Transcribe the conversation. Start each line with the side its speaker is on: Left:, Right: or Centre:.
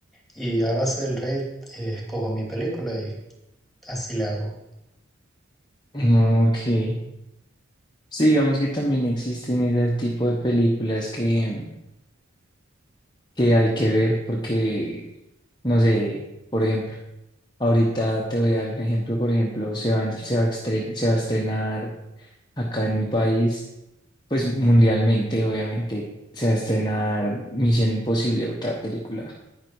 Centre: y a base del rate eh, escojo mi película y así le hago.
Left: Ah, Ok. Sí, digamos que también existen ese tipo de películas que, que hay que ver porque, no sé, por ejemplo, ahorita te voy a dar un ejemplo, por ejemplo, se va, se va a estre- se va a estrenar acá en mi país, pues mundialmente, obviamente, se va a estrenar Misión Imposible, otra película